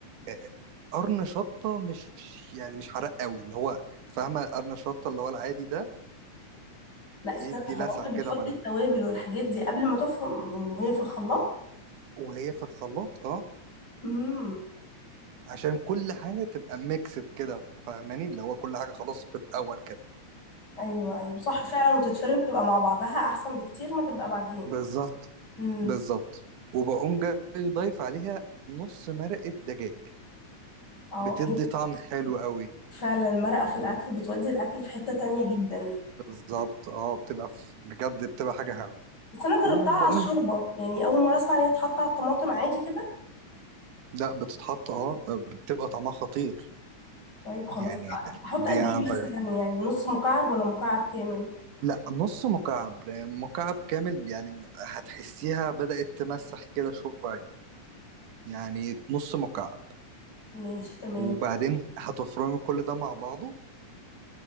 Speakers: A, on the right; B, on the left.
A: آه، قرن شطة مش يعني مش حراق قوي اللي هو فاهمة قرن شطة اللي هو العادي ده
B: لا استنى
A: يدي لسعة
B: هو انت
A: كده
B: بتحط
A: ملك
B: التوابل والحاجات دي قبل ما تفرم يعني وهي في الخلاط
A: وهي في الخلاط اه
B: امم
A: عشان كل حاجة تبقى ميكسد كده فاهماني اللي هو كل حاجة خلاص في الأول كده
B: ايوه ايوه صح فعلا وتتفرم تبقى مع بعضها احسن بكتير ما تبقى بعدين
A: بالظبط
B: امم
A: بالظبط وبقوم جاي ضايف عليها نص مرقة دجاج
B: اه
A: بتدي
B: هي
A: طعم حلو قوي
B: فعلا المرقه في الاكل بتودي الاكل في حته تانية جدا
A: بالظبط اه بتبقى ف... بجد بتبقى حاجة حلوة
B: بس انا جربتها
A: وبقوم
B: على الشوربه يعني اول مره اسمع ان هي تتحط على الطماطم عادي كده
A: لا بتتحط اه بتبقى طعمها خطير
B: طيب خلاص
A: يعني
B: احط
A: دي
B: قد
A: عن
B: ايه
A: طيب
B: مثلا يعني نص مكعب ولا مكعب كامل
A: لا نص مكعب مكعب كامل يعني هتحسيها بدأت تمسح كده شوية يعني نص مكعب
B: ماشي تمام
A: وبعدين هتفرمي كل ده مع بعضه